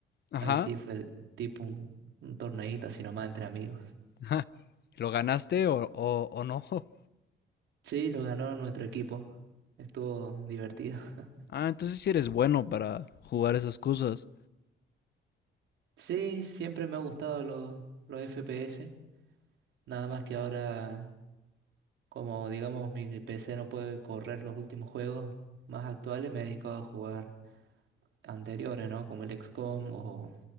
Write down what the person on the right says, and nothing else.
Ahí sí
fue tipo un, un torneíto así nomás entre amigos.
Sí, lo ganó nuestro equipo. Estuvo divertido. <laughs>
Sí, siempre me ha gustado los, los FPS. Nada más que ahora... Como digamos mi PC no puede correr los últimos juegos más actuales, me he dedicado a jugar anteriores, ¿no? Como el XCOM o,